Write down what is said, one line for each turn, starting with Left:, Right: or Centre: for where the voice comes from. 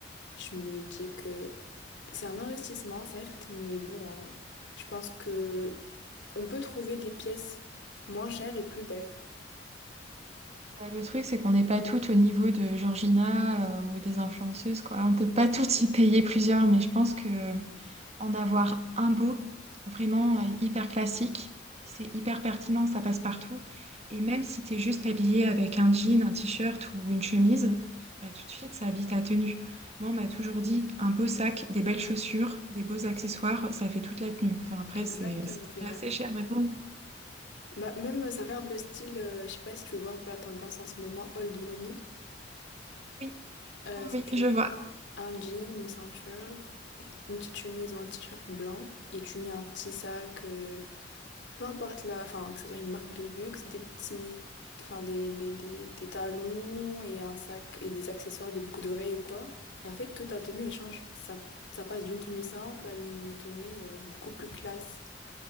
Left: Je me dis que c'est un investissement, certes, mais bon, hein, je pense que on peut trouver des pièces moins chères et plus belles.
Right: Bah, le truc, c'est qu'on n'est pas toutes au niveau de Georgina euh, ou des influenceuses, quoi. On peut pas toutes y payer plusieurs, mais je pense que en avoir un beau, vraiment euh, hyper classique. C'est hyper pertinent, ça passe partout. Et même si tu es juste habillé avec un jean, un t-shirt ou une chemise, bah, tout de suite, ça habite ta tenue. Moi, on m'a toujours dit un beau sac, des belles chaussures, des beaux accessoires, ça fait toute la tenue. Enfin, après,
Left: Exactement,
Right: c'est c'est
Left: c'est vrai.
Right: assez cher, mais bon.
Left: Bah, même, ça fait un peu style, euh, je sais pas si tu vois un peu la tendance en ce moment, old money.
Right: Oui,
Left: Euh,
Right: oui,
Left: si
Right: oui,
Left: tu
Right: je
Left: mets
Right: vois.
Left: un jean, une ceinture, une petite chemise ou un t-shirt blanc et tu mets un petit sac, euh, peu importe la, enfin, que ce soit une marque de luxe, des petits, enfin, des, des, des, des talons et un sac et des accessoires, des boucles d'oreilles ou quoi. Et en fait, toute ta tenue, elle change. Ça, ça passe d'une tenue simple à une tenue, euh, beaucoup plus classe.